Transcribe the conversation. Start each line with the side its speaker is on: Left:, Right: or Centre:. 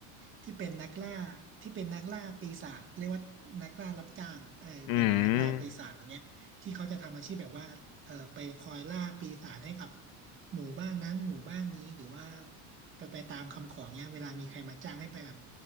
Right: ที่เป็นนักล่าที่เป็นนักล่าปีศาจเรียกว่านักล่ารับจ้างอะเออเป็นเหมือนนักล่าปีศาจอย่างเงี้ยที่เขาจะทำอาชีพแบบว่าเอ่อไปคอยล่าปีศาจให้กับ
Left: อืม
Right: หมู่บ้านนั้นหมู่บ้านนี้หรือว่าไปไปตามคำขอเงี้ยเวลามีใครมาจ้างให้ไปแบบ